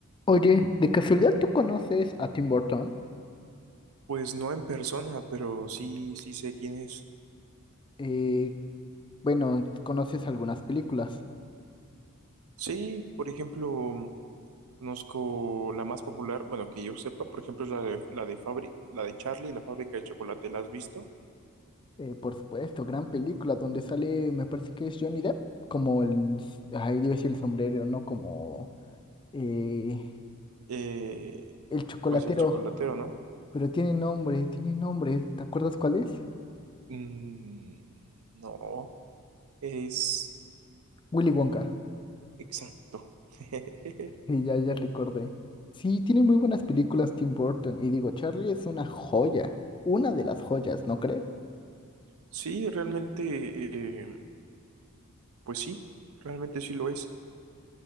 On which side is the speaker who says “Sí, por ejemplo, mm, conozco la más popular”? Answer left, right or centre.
Right